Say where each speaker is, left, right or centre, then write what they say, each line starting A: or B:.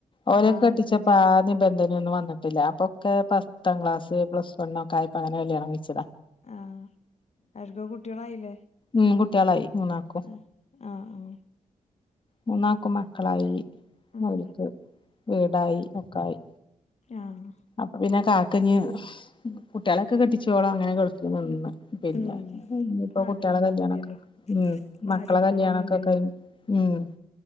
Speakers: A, on the left; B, on the left.
A: ഓരെക്കെ
B: ആഹ്
A: കെട്ടിച്ചപ്പൊ
B: ശരി
A: ആദ്യം. ബന്തിനൊന്നും വന്നിട്ടില്ല അപ്പൊക്കെ പത്താം ക്ലാസ് പ്ലസ് വണ്ണൊക്കായപ്പൊ അങ്ങനെ കല്യാണം. കഴിച്ചത
B: ആഹ് അവർക്കു കുട്ടീളായിലെ
A: ഉം കുട്ടീളായി മൂന്നാക്കും
B: ആഹ് ആഹ്
A: മൂന്നാക്കും മക്കളായി
B: ഉം
A: അവര്ക്കു വീടായി ഒക്കായി
B: ആഹ്
A: അപ്പൊ പിന്നെ കാക്ക ഞ്ഞ് കുട്ടികളൊക്കെ കെട്ടിച്ചോളോ അങ്ങനെ ഗൾഫിന്ന് വന്ന് നിന്ന് പിന്നെ
B: ഉം
A: ഇനി ഇപ്പം
B: നാട്ടിലിരുന്നാ
A: കുട്ടികളെ കല്യാണൊക്കെ
B: മതിയല്ലോ
A: ഉം
B: ബാധ്യതകളൊന്നുംല്ലല്ലോ
A: മക്കളെ കല്യാണൊക്കെ കഴിഞ്ഞു ഉം